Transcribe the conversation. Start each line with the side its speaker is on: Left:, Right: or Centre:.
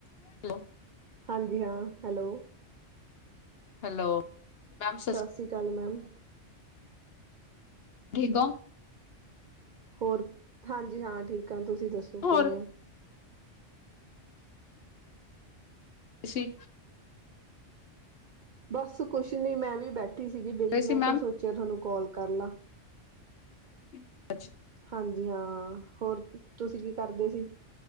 Left: Hello.
Right: ਹਾਂਜੀ ਹਾਂ hello.
Left: Hello. Ma'am ਸਸ
Right: ਸਤਿ ਸ੍ਰੀ ਅਕਾਲ ਮੈਮ।
Left: ਠੀਕ ਹੋ।
Right: ਹੋਰ ਹਾਂਜੀ ਹਾਂ ਠੀਕ ਆ, ਤੁਸੀਂ ਦੱਸੋ
Left: ਹੋਰ
Right: ਕਿਵੇਂ ਹੋ?
Left: ਅਸੀ
Right: ਬਸ ਕੁਛ ਨੀ ਮੈਂ ਵੀ ਬੈਠੀ ਸੀਗੀ ਵਿਹਲੀ,
Left: ਰਹੇ
Right: ਮੈਂ
Left: ਸੀ
Right: ਕਿਹਾ
Left: ਮੈਮ
Right: ਸੋਚਿਆ ਤੁਹਾਨੂੰ ਕਾਲ ਕਰ ਲਾ।
Left: <unintelligible>
Right: ਹਾਂਜੀ ਹਾਂ, ਹੋਰ ਤੁਸੀਂ ਕੀ ਕਰਦੇ ਸੀ।